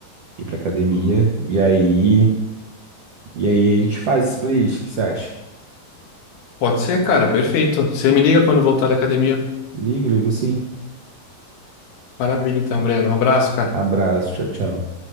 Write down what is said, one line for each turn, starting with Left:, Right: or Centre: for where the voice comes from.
Right: ir pra academia, e aí, e aí a gente faz essa playlist, o que você acha?
Left: Pode ser, cara, perfeito. Você me liga quando voltar da academia.
Right: Ligo, ligo sim.
Left: Maravilha, então, Breno. Um abraço, cara.
Right: Abraço, tchau, tchau.